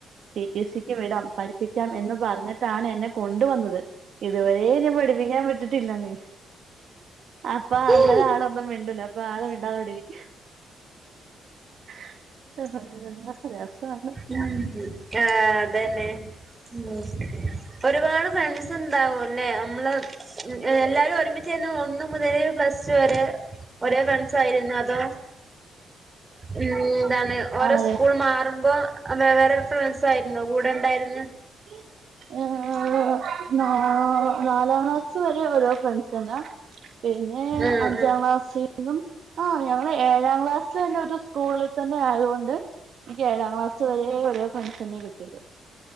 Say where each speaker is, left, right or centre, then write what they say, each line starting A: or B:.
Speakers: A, on the right (about 60°); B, on the right (about 20°).
A: ടിടിസിക്ക് വിടാം പഠിപ്പിക്കാം എന്ന് പറഞ്ഞിട്ടാണ് എന്നെ കൊണ്ട് വന്നത് ഇതുവരെ ന്നെ പഠിപ്പിക്കാൻ വിട്ടിട്ടില്ലന്നേ അപ്പ
B: ആഹ്
A: അന്നേരം ആളൊന്നും മിണ്ടുല അപ്പൊ ആള് മിണ്ടാതവിടിരിക്കും <unintelligible> രസാണ്
B: ഉം ആഹ് അതന്നെ ഉം ഒരുപാട് ഫ്രണ്ട്സുണ്ടാവുല്ലെ അമ്മള് ഏഹ് എല്ലാരു ഒരുമിച്ചേന്ന് ഒന്നുമുതലേ പ്ലസ് ടു വരെ ഒരേ ഫ്രണ്ട്സായിരുന്നോ അതോ ഉം ഇതാണ് ഓരോസ്കൂൾ
A: ആതെ
B: മാറുമ്പോ വേവ്വേറെ ഫ്രണ്ട്സായിരുന്നോ കൂടെ ഉണ്ടായിരുന്നേ
A: <unintelligible> നാ നാലാക്ലാസ് വരെ ഓരോ ഫ്രണ്ട്സ്ന്നാ പിന്നെ
B: ഉം
A: അഞ്ചാക്ലാസിന്നും
B: ഉം
A: ആഹ് ഞങ്ങള് ഏഴാക്ലാസന്നെ ഒരു സ്കൂളിൽ തന്നെ ആയതൊണ്ട് എനിക്ക് ഏഴാക്ലസുവരെ ഓരോ ഫ്രണ്ട്സന്നെ കിട്ടിയത്